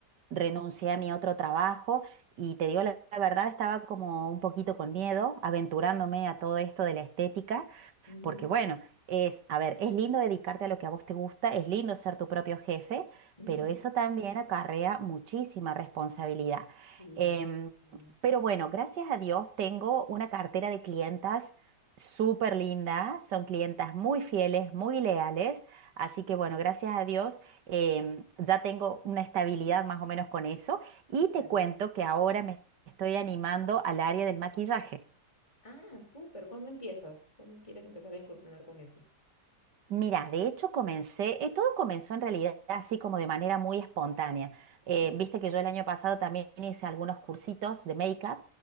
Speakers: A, on the right; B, on the left.
A: renuncié a mi otro trabajo, y te digo la, la verdad, estaba como un poquito con miedo, aventurándome a todo esto de la estética,
B: Ujú,
A: Porque bueno, es, a ver, es lindo dedicarte a lo que a vos te gusta, es lindo ser tu propio jefe,
B: ujú.
A: pero eso también acarrea muchísima responsabilidad.
B: Sí.
A: Em,
B: no,
A: pero bueno, gracias a Dios tengo una cartera de clientas súper linda, son clientas muy fieles, muy leales, así que bueno, gracias a Dios em, ya tengo una estabilidad más o menos con eso y te
B: Claro.
A: cuento que ahora me estoy animando al área del maquillaje.
B: Ah, súper. ¿Cuándo empiezas? ¿Cuándo quieres empezar a incursionar con eso?
A: Mira, de hecho comencé, eh, todo comenzó en realidad así como de manera muy espontánea. Eh,
B: Claro.
A: viste que yo el año pasado también hice algunos cursitos de make-up